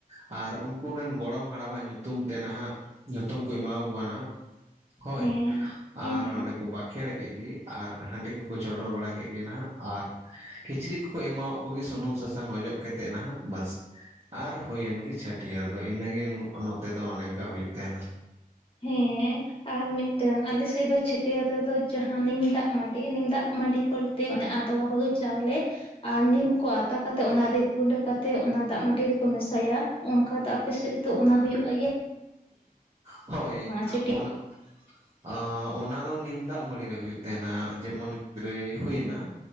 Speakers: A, on the right; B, on the left.
A: ᱟᱨ ᱩᱱᱠᱩᱨᱮᱱ ᱜᱚᱲᱚᱢ ᱦᱟᱲᱟᱢᱟᱜ ᱧᱩᱛᱩᱢ ᱛᱮ ᱱᱟᱦᱟᱸᱜ ᱧᱩᱛᱩᱢ ᱠᱚ ᱮᱢᱟᱣ ᱠᱚᱣᱟ ᱱᱟᱦᱟᱸᱜ, ᱦᱳᱭ
B: ᱦᱮᱸ
A: ᱟᱨ
B: ᱦᱮᱸ ᱦᱮᱸ
A: ᱚᱸᱰᱮ ᱠᱚ ᱵᱟᱸᱠᱷᱮᱲ ᱠᱮᱜ ᱜᱮ ᱟᱨ ᱦᱟᱺᱰᱤ ᱠᱚ, ᱠᱚ ᱪᱚᱰᱚᱨ ᱵᱟᱲᱟ ᱠᱮᱜ ᱜᱮ ᱱᱟᱦᱟᱸᱜ ᱟᱨ ᱠᱤᱪᱨᱤᱜ ᱠᱚᱠᱚ ᱮᱢᱟᱣᱟᱜ ᱠᱚᱜᱮ ᱥᱩᱱᱩᱢ ᱥᱟᱥᱟᱝ ᱚᱡᱚᱜ ᱠᱟᱛᱮᱜ ᱱᱟᱦᱟᱸᱜ ᱵᱟᱥ᱾ ᱟᱨ ᱦᱩᱭᱮᱱ ᱜᱮ ᱪᱷᱟᱹᱴᱭᱟᱹᱨ ᱫᱚ ᱤᱱᱟᱹᱜᱮ ᱱᱚᱛᱮ ᱫᱚ ᱚᱱᱮ ᱚᱱᱠᱟ ᱦᱩᱭᱩᱜ ᱛᱟᱦᱮᱸᱱᱟ᱾
B: ᱦᱮᱸ ᱟᱨ ᱢᱤᱜᱴᱟᱝ ᱟᱞᱮᱥᱮᱜ ᱫᱚ ᱪᱷᱟᱹᱴᱭᱟᱹᱨ ᱨᱮᱫᱚ ᱡᱟᱦᱟᱸ ᱱᱤᱢ ᱫᱟᱜᱽ ᱢᱟᱹᱰᱤ ᱱᱤᱢ ᱫᱟᱜᱽ ᱢᱟᱹᱰᱤ, ᱵᱚᱞᱛᱮ ᱚᱱᱮ ᱟᱫᱣᱟ ᱦᱩᱲᱩ ᱪᱟᱣᱞᱮ, ᱟᱨ ᱱᱤᱢ ᱠᱚ ᱟᱛᱟ ᱠᱟᱛᱮᱫ ᱚᱱᱟ ᱨᱤᱫ ᱜᱩᱸᱰᱟᱹ ᱠᱟᱛᱮᱫ ᱚᱱᱟ ᱫᱟᱜᱽ ᱢᱟᱹᱰᱤ ᱨᱮᱠᱚ ᱢᱮᱥᱟᱭᱟ᱾ ᱚᱝᱠᱟ ᱫᱚ ᱟᱯᱮᱥᱮᱜ ᱫᱚ ᱚᱱᱟ ᱦᱩᱭᱩᱜᱼᱟ ᱤᱭᱟᱹ
A: ᱦᱳᱭ
B: ᱪᱷᱟᱹᱴᱭᱟᱹᱨ
A: ᱚᱱᱟ ᱟᱸ ᱚᱱᱟ ᱫᱚ ᱱᱤᱢ ᱫᱟᱜᱽ ᱢᱟᱹᱲᱤ ᱨᱮ ᱦᱩᱭᱩᱜ ᱛᱟᱸᱦᱮᱱᱟ ᱡᱮᱢᱚᱱ ᱜᱤᱫᱽᱨᱟᱹᱭ ᱦᱩᱭᱮᱱᱟ᱾